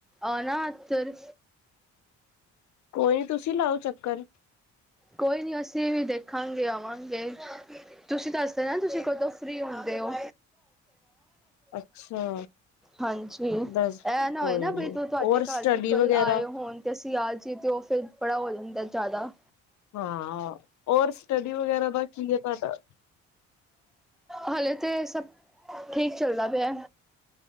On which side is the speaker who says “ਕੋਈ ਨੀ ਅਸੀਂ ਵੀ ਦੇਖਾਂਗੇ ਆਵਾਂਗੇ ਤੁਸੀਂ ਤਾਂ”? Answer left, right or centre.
Centre